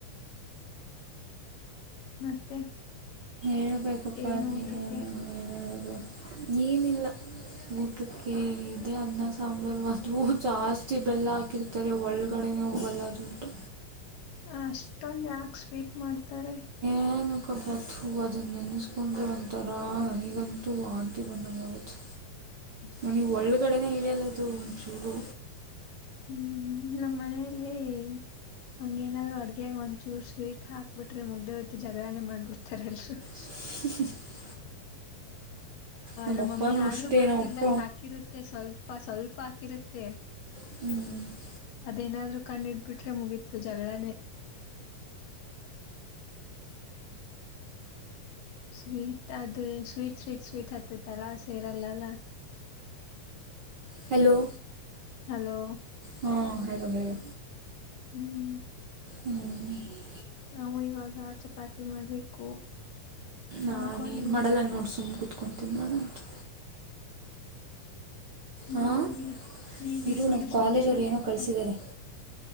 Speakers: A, on the left (about 75°); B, on the right (about 80°).
A: ಮತ್ತೆ
B: ಹೇಳ್ಬೇಕಪ್ಪಾ
A: ಏನು
B: ನೀಗೇನು
A: ಊಟಕ್ಕೆ
B: ಹೇಳ ಹೇಳೋದು ಎನ ಏನಿಲ್ಲಾ ಊಟಕ್ಕೆ ಇದೆ ಅನ್ನ ಸಾಂಬಾರು ಅದು ಜಾಸ್ತಿ ಬೆಲ್ಲಾ ಹಾಕಿರ್ತಾ ರೆ ಒಳಗಡೆ ನೇ ಉಟು
A: ಅಷ್ಟೊಂದು ಯಾಕ ಸ್ವೀಟ್ ಮಾಡ್ತಾರೆ
B: ಏನಕಬ ತು ಅದನ್ನ ನೆನೆಸ್ಕೊಂಡರು ಒಂತರಾ ನನಗಂತೂ ವಾಂತಿ ಬಂದಗಾಗುತೆ
A: <inaudible>
B: ನೀ ಒಳ್ಳಗಡೆನೇ ಇಳಿಯಲ್ಲದು ಒಂದ್ ಚೂರೂ
A: ಹುಂ ನಮ್ಮ ಮನೆಯಲ್ಲಿ ಹಂಗೆ ಏನಾದ್ರೂ ಅಡಿಗೆಯಲ್ಲಿ ಒಂಚೂರು ಸ್ವೀಟ್ ಹಾಕ್ಬಿಟ್ರೆ ಮುಗಿದು ಹೋಯಿತು ಜಗಳಾನೇ ಮಾಡ್ಬಿಡ್ತಾರೆ ಎಲ್ಲರೂ.
B: <inaudible> ನಮ್ಮಪ್ಪನೂ
A: ನಮ್ಮ ಮಮ್ಮಿ ಆದ್ರು
B: ಅಷ್ಟೇ
A: ಗೊತ್ತಿಲ್ದಂಗೆ
B: ನಮ್ಮಪ್ಪ
A: ಹಾಕಿರುತ್ತೆ. ಸ್ವಲ್ಪ ಸ್ವಲ್ಪ ಹಾಕಿರುತ್ತೆ
B: ಹ್ಮ್
A: ಅದೇನಾದ್ರೂ ಕಂಡು ಹಿಡಿದು ಬಿಟ್ಟರೆ ಮುಗೀತು. ಜಗಳಾನೇ? ಸ್ವೀಟ್ ಅದ ಸ್ವೀಟ್ ಸ್ವೀಟ್ ಸ್ವೀಟ್ ಹತ್ತತಲ್ಲಾ ಸೇರಲ್ಲಲ್ಲ <inaudible>
B: ಹಲೋ
A: ಹಲೋ
B: ಹಾ ಹಲೋ ಹೇಳು
A: ಹ್ಮ್
B: ಹ್ಮ <inaudible>
A: ನಾವು ಇವಾಗ ಚಪಾತಿ ಮಾಡ್ಬೇಕು.
B: ನಾನು
A: ಅನ್ಕೊಂಡಿದ್ದೀವಿ
B: ಏನು ಮಾಡಲ್ಲ. ನೋಡ್ ಸುಮ್ ಕುತ್ಕೊತೀನಿ ನಾನಂತು
A: ನೀನ್
B: ಹಾಂ
A: ಏನ್ ಬಿಡು ನೀನ್
B: ಇರು
A: ಏನ್
B: ನಮ್ಮ
A: ಸುಮ್ಮನೆ
B: ಕಾಲೇಜವ್ರು ಏನೋ
A: ಕುಡ್ತೀಯಾ
B: ಕಳಿಸಿದ್ದಾರೆ